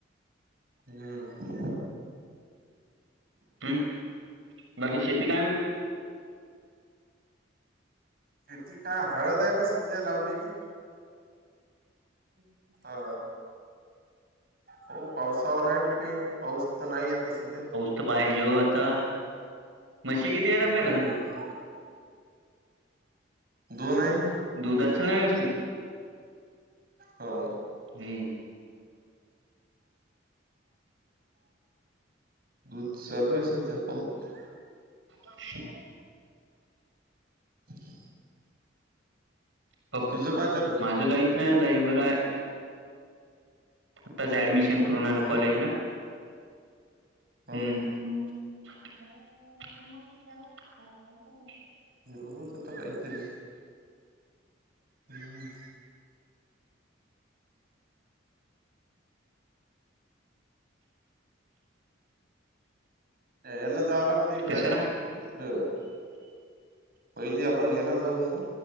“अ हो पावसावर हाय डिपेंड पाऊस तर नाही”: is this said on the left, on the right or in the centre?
Right